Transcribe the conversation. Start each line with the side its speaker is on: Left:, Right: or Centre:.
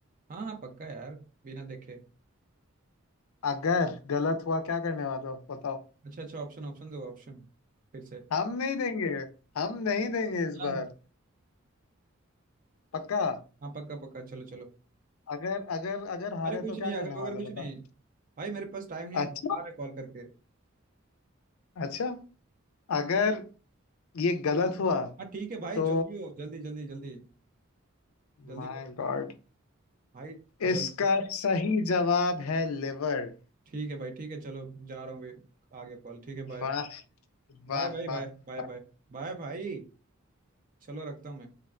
Right: हाँ हाँ पक्का यार बिना देखे
Left: अगर गलत हुआ क्या करने वाले हो बताओ
Right: अच्छा अच्छा ऑप्शन ऑप्शन दो ऑप्शन फिर से
Left: हम नहीं देंगे हम नहीं देंगे इस
Right: लंग
Left: बार पक्का
Right: हाँ पक्का पक्का चलो चलो
Left: अगर अगर अगर हारे
Right: अरे कुछ
Left: तो
Right: नहीं
Left: क्या
Right: अगर
Left: करने
Right: अगर
Left: वाले
Right: कुछ
Left: हो
Right: नहीं
Left: बताओ
Right: भाई मेरे पास टाइम नहीं
Left: अच्छा
Right: है, आ रहा कॉल करके
Left: अच्छा अगर ये गलत हुआ
Right: हाँ ठीक है भाई
Left: तो
Right: जो भी हो जल्दी जल्दी जल्दी जल्दी
Left: My
Right: करो
Left: God
Right: भाई
Left: इसका
Right: जल
Left: सही जवाब है लिवर
Right: ठीक है भाई ठीक है चलो जा रहा हूँ भाई आगे कॉल ठीक है बाय
Left: वाह वाह
Right: बाय भाई
Left: वाह
Right: बाय बाय
Left: वाह।
Right: बाय बाय भाई चलो रखता हूँ मैं